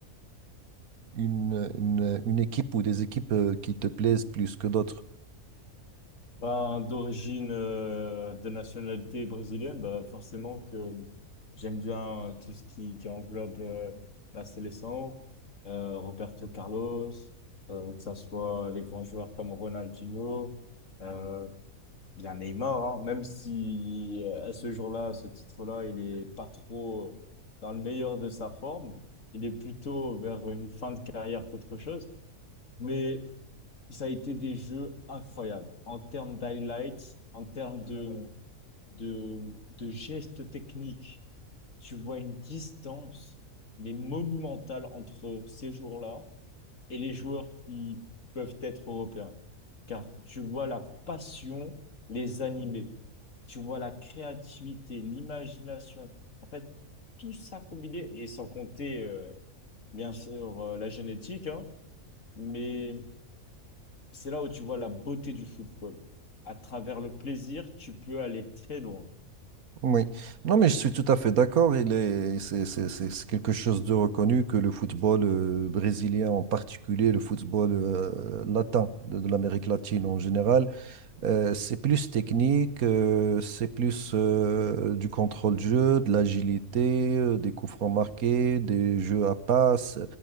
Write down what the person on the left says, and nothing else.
Ben, d'origine, euh, de nationalité brésilienne, ben, forcément que j'aime bien euh, tout ce qui, qui englobe euh, la sélection, euh, Roberto Carlos, euh, que ce soit les grands joueurs comme Ronaldinho, euh, bien Neymar, hein, même si euh, à ce jour-là, à ce titre-là, il est pas trop dans le meilleur de sa forme, il est plutôt vers une fin de carrière qu'autre chose. Mais ça a été des jeux incroyables en termes d'highlights, en termes de, de, de gestes techniques. Tu vois une distance, mais monumentale entre ces jours-là et les joueurs qui peuvent être européens. Car tu vois la passion les animer. Tu vois la créativité, l'imagination. En fait, tout ça combiné, et sans compter, euh, bien sûr, euh, la génétique, hein, mais c'est là où tu vois la beauté du football. À travers le plaisir, tu peux aller très loin.